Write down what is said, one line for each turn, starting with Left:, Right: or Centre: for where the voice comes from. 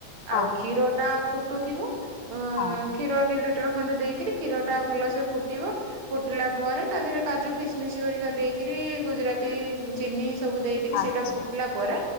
Left: ହଁ
Right: ଆଉ କ୍ଷୀରଟା ଫୁଟୁଥିବ। ଅଁ
Left: ହଁ
Right: କ୍ଷୀର ଦି ଲିଟର ଖଣ୍ଡେ ଦେଇକରି କ୍ଷୀରଟା ଭଲସେ ଫୁଟିବ। ଫୁଟିଲା ପରେ ତା ଦେହରେ କାଜୁ କିସମିଶ୍ ହେରିକା ଦେଇକିରି ଗୁଜୁରାତି ଚିନି ସବୁ ଦେଇ ଦେଇକିରି ସେଇଟା
Left: ଆଚ୍ଛା
Right: ଫୁଟିଲା ପରେ